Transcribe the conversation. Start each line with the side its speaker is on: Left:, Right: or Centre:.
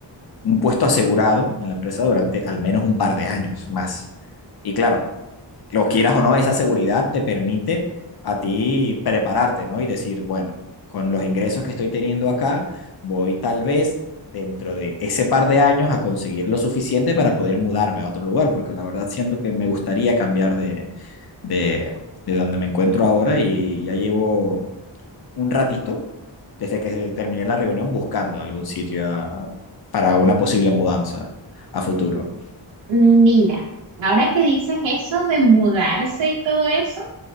Left: un puesto asegurado en la empresa durante al menos un par de años más. Y claro, lo quieras o no, esa seguridad te permite a ti prepararte, ¿no? Y decir, bueno, con los ingresos que estoy teniendo acá, voy tal vez dentro de ese par de años a conseguir lo suficiente para poder mudarme a otro lugar, porque la verdad siento que me gustaría cambiar de, de, de donde me encuentro ahora y ya llevo un ratito desde que terminé la reunión buscando algún sitio a- para una posible mudanza a futuro.
Right: Mira, ahora que dices eso de mudarse y todo eso,